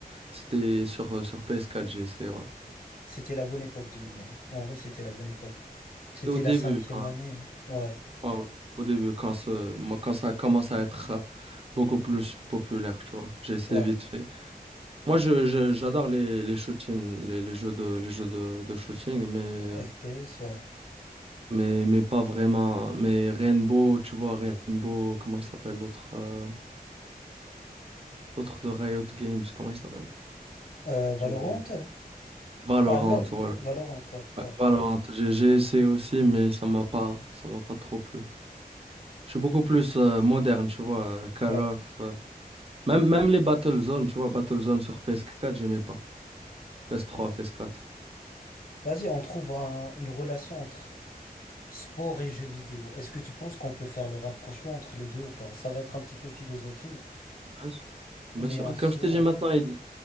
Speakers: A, on the right; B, on the left.
A: C'était sur, euh, sur PS4, j'ai essayé, ouais.
B: C'était la bonne époque, deux mille vingt En vrai, c'était la bonne époque. C'était
A: C'était au début,
B: la cinquième
A: quand,
B: année. Ouais,
A: ouais, au au début, quand, ce- moi, quand ça commence à être euh, beaucoup plus populaire, tu vois. J'ai essayé
B: ouais.
A: vite fait. Moi, je, je- j'adore les, les shootings, les, les jeux de, les jeux de, de shooting, mais, euh,
B: FPS, ouais.
A: mais, mais pas vraiment. Mais Rainbow, tu vois, Rainbow, comment il s'appelle l'autre? euh, L'autre de Riot Games, comment il s'appelle?
B: Euh, Valorant?
A: J'ai oublié. le nom. Valorant,
B: Ah, LOL.
A: voilà.
B: Valorant, ouais,
A: Ouais,
B: ouais,
A: Valorant, j'ai j'ai essayé aussi, mais ça m'a pas, ça m'a pas trop plu. Je suis beaucoup plus euh, moderne, tu vois, euh, Call
B: ouais,
A: of. euh, Même, même les Battlezone, tu vois, Battlezone sur PS4, j'aimais pas. PS3,
B: ouais.
A: PS4.
B: Vas-y, on trouve un- une relation entre sport et jeux vidéo. Est-ce que tu penses qu'on peut faire le rapprochement entre les deux ou pas? Ça va être un petit peu philosophique,
A: Bien sûr. Bien
B: mais
A: sûr,
B: en soi,
A: comme je t'ai dit maintenant, ils-